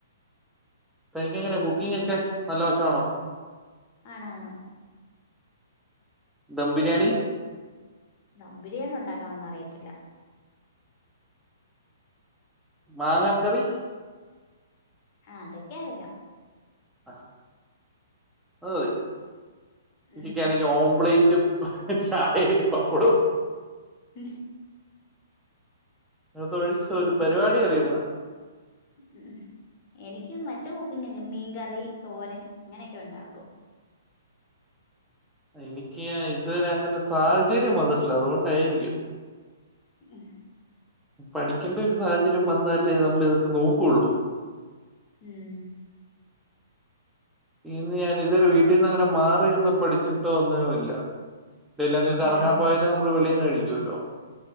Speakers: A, in the centre; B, on the left.
A: തനിക്ക് എങ്ങനെ കുക്കിംഗ് ഒക്കെ നല്ല വശമാണോ
B: ആണ് ആണ്
A: ദം ബിരിയാണി
B: ദം ബിരിയാണി ഉണ്ടാക്കാംന്ന് അറയത്തില്ല
A: മാങ്ങ കറി
B: ആഹ് അതൊക്കെ അറിയാം
A: ആ അത് മതി നിക്കക്കാണി
B: ഉം
A: ഓംബ്ലേറ്റും ചായേം പപ്പടോം
B: ഉം
A: അതൊഴിച്ച് ഒരു
B: എനി
A: പരിപാടി അറിയില്ല
B: ഉം എനിക്ക് മറ്റേ കുക്കിംഗ് മീൻകറി, തോരൻ അങ്ങനെയൊക്കെ ഉണ്ടാക്കും
A: എനിക്ക് ഇതുവരെ അങ്ങൻ ത്തെ സാഹചര്യം വന്നിട്ടില്ല അതുകൊണ്ടായിരിക്കും
B: ഏ
A: പഠിക്കുമ്പോ ഒരു സാഹചര്യം വന്നാലേ നമ്മളിതൊക്കെ നോക്കുള്ളൂ
B: ഉം
A: ഇന്ന് ഞാൻ ഇതൊരു വീട്ടിൽന്ന് അങ്ങനെ മാറിന്ന് പഠിച്ചിട്ടോ ഒന്നും ഇല്ല ഇല്ലെങ്ങക്ക് കറങ്ങാൻ
B: ഉം
A: പോയാല് നമ്മള് വെളിന്ന് കഴിക്കൊല്ലോ